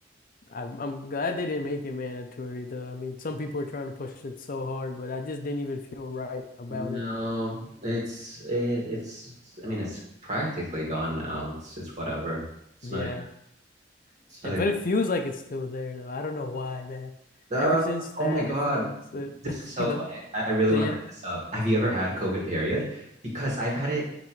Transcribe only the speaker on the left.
I'm I'm glad they didn't make it mandatory though. I mean, some people are trying to push it so hard, but I just didn't even feel right about
it.
Yeah.
Eh, But
it feels like it's still there though. I don't know why, man.
Ever since that,
it feels it.
<laughs>
You like,
yeah,